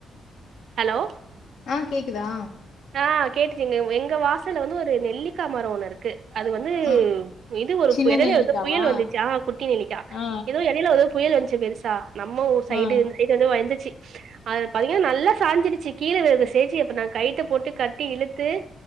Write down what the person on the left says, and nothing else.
ஆ கேக்குதா
ஆ
சின்ன
நெல்லிக்காவா?
ஆ,
ஆ,